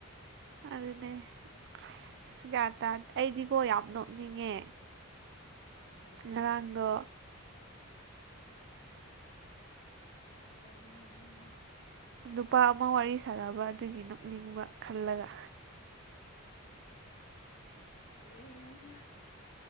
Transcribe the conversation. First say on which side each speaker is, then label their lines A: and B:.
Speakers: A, on the right (about 55°); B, on the left (about 35°).
A: ꯑꯗꯨꯅꯦ ꯑꯁ ꯒꯌ꯭ꯥꯟ ꯇꯥꯗꯦ ꯑꯩꯗꯤꯀꯣ ꯌꯥꯝ ꯅꯣꯛꯅꯤꯡꯉꯦ
B: ꯀꯩꯅꯣ
A: ꯉꯔꯥꯡꯗꯣ
B: ꯀꯩ ꯅꯣꯛꯅꯤꯡꯉꯤꯅꯣ
A: ꯅꯨꯄꯥ ꯑꯃꯥ ꯋꯥꯔꯤ ꯁꯥꯟꯅꯕ ꯑꯗꯨꯒꯤ ꯅꯣꯛꯅꯤꯡꯕ ꯈꯜꯂꯒ
B: ꯂꯣꯏꯔꯦꯍꯦ ꯅꯡꯁꯨ